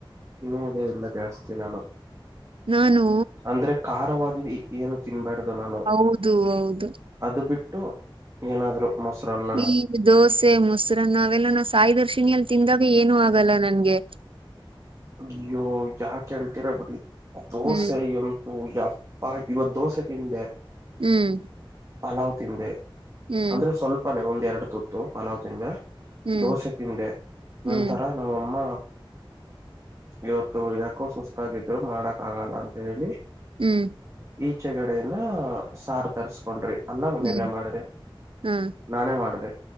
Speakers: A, on the right (about 35°); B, on the right (about 75°).
A: ತಿನ್ನುವುದೇ ಇಲ್ಲ ಜಾಸ್ತಿ ನಾನು.
B: ನಾನು
A: ಅಂದ್ರೆ ಖಾರವಾಗಿ ಏನು ತಿನ್ಬ್ಯಾಡು ನಾನು.
B: ಹೌದು ಹೌದು.
A: ಅದು ಬಿಟ್ಟು ಏನಾದ್ರು ಮೊಸರನ್ನ.
B: ಈ ದೋಸೆ ಮೊಸರನ್ನ ಅವೆಲ್ಲ ನಾನು ಸಾಯಿ ದರ್ಶಿನಿಯಲ್ಲಿ ತಿಂದಾಗ ಏನು ಆಗಲ್ಲ ನನ್ಗೆ.
A: ಅಯ್ಯೋ ಯಾಕ ಹೇಳ್ತೀರ ಬಿಡಿ ದೋಸೆ
B: ಹ್ಮ್
A: ಇನ್. ಯಪ್ಪಾ ಇವತ್ತು ದೋಸೆ ತಿಂದೆ.
B: ಹ್ಮ್
A: ಪಲಾವ್ ತಿಂದೆ
B: ಹ್ಮ್
A: ಅಂದ್ರೆ ಸ್ವಲ್ಪನೆೇ ಒಂದೇರಡು ತುತ್ತು. ಪಲಾವ್ ತಿಂದೆ
B: ಹ್ಮ್
A: ದೋಸೆ ತಿಂದೆ
B: ಹ್ಮ್
A: ನಂತರ ನಮ್ಮಅಮ್ಮ. ಇವತ್ತು ಯಾಕೋ ಸುಸ್ತಾಗಿದ್ರು ಮಾಡಕ್ ಆಗಲ್ಲ ಅಂತ ಹೇಳಿ.
B: ಹ್ಮ್
A: ಈಚೆ ಗಡೆ ಎಲ್ಲಾ ಸಾರ್ ತರ್ಸ್ಕೊಂಡ್ರಿ. ಅನ್ನ ಮನೆಯಲ್ಲೇ
B: ಹ್ಮ್
A: ಮಾಡ್ದೆ
B: ಹ್ಮ್
A: ನಾನೇ ಮಾಡ್ದೆ.